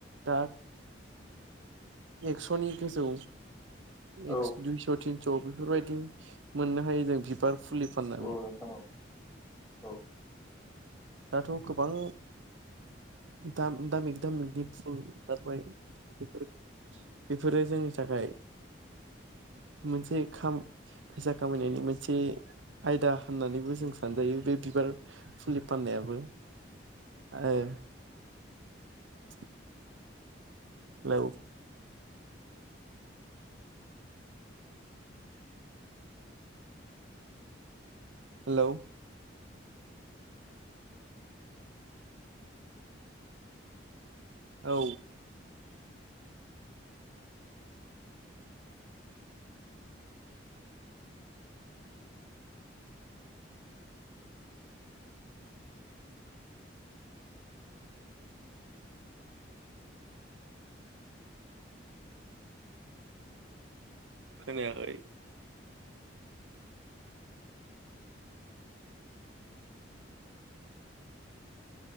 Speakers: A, on the right; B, in the centre.
A: दा एकसनि गोजौ
B: औ
A: एक्स दुइस थिन स बेफोरबायदि मोननो हायो जों बिबार फुलि फाननानै
B: औ नोंथां औ औ
A: दाथ गोबां दाम दामिक दामिकनि फुल ओंखारबाय बेफोर बेफोरो जोंनि थाखाय
B: <inaudible>
A: मोनसे खाम फैसा खामायनायनि मोनसे आयदा होननानैबो जों सानजायो बे बि बिबार फुलि फाननायाबो आओ <inaudible> हेलौ हेलौ औ खोनायाखै